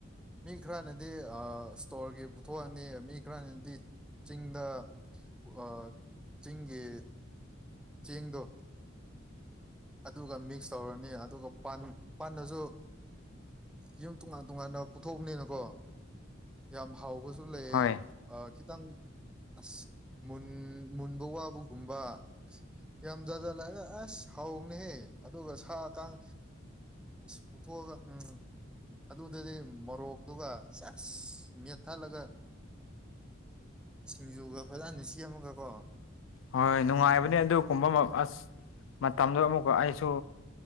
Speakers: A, in the centre; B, on the left.
A: ꯃꯤ ꯈꯔꯅꯗꯤ ꯁꯇꯣꯔꯒꯤ ꯄꯨꯊꯣꯛꯑꯅꯤ ꯃꯤ ꯈꯔꯅꯗꯤ ꯆꯤꯡꯗ ꯑ ꯆꯤꯡꯒꯤ ꯆꯤꯡꯗꯣ ꯑꯗꯨꯒ ꯃꯤꯛꯁ ꯇꯧꯔꯅꯤ ꯑꯗꯨꯒ ꯄꯥꯟꯗꯁꯨ ꯌꯨꯝ ꯇꯣꯉꯥꯟ ꯇꯣꯉꯥꯟꯅ ꯄꯨꯊꯣꯛꯄꯅꯤꯅꯀꯣ ꯌꯥꯝ ꯍꯥꯎꯕꯁꯨ ꯂꯩꯌꯦ
B: ꯍꯣꯏ
A: ꯑ ꯈꯤꯇꯪ ꯑꯁ ꯃꯨꯟ ꯃꯨꯟꯕ ꯋꯥꯕꯒꯨꯝꯕ ꯑ ꯌꯥꯝ ꯖꯖꯠꯂꯑꯒ ꯑꯁ ꯍꯥꯎꯕꯅꯦꯍꯦ ꯑꯗꯨꯒ ꯁꯥ ꯀꯥꯡ ꯄꯨꯊꯣꯛꯑꯒ ꯎꯝ ꯑꯗꯨꯗꯗꯤ ꯃꯣꯔꯣꯛꯇꯨꯒ ꯆꯁ ꯃꯦꯠꯊꯠꯂꯒ ꯁꯤꯡꯖꯨꯒ ꯐꯖꯅ ꯁꯦꯝꯃꯒ ꯀꯣ
B: ꯍꯣꯏ ꯅꯨꯡꯉꯥꯏꯕꯅꯦ ꯑꯗꯨ ꯀꯨꯝꯕ ꯑꯁ ꯃꯇꯝꯗꯣ ꯑꯃꯨꯛꯀ ꯑꯩꯁꯨ